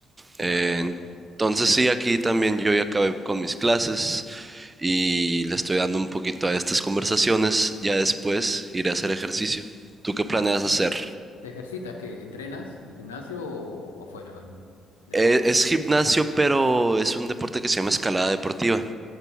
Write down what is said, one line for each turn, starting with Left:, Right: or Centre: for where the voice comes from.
Left: Claro.
Right: Eh, entonces sí, aquí también yo ya acabé con mis clases y le estoy dando un poquito a estas conversaciones. Ya después iré a hacer ejercicio. ¿Tú qué planeas
Left: Ah,
Right: hacer?
Left: ¿te ejercitas? ¿Qué? ¿Entrenas en el gimnasio o, o fuera, en deporte?
Right: Eh, es gimnasio, pero es un deporte que se llama escalada deportiva.